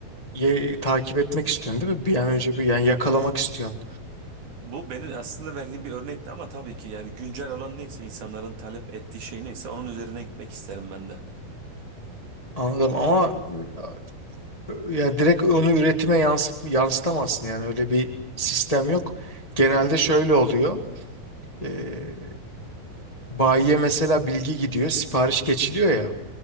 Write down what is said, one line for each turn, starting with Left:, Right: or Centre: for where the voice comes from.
Left: ye- takip etmek istiyorsun değil mi? Bir an önce bir yani yakalamak istiyorsun.
Right: bu benim aslında verdiğim bir örnekti ama tabii ki yani güncel olan neyse insanların talep ettiği şey neyse onun üzerine gitmek isterim ben de.
Left: Anladım ama e, Yani direkt onu üretime yansı- yansıtamazsın yani öyle bir sistem yok. Genelde şöyle oluyor. Ee, bayiye mesela bilgi gidiyor, sipariş geçiliyor ya.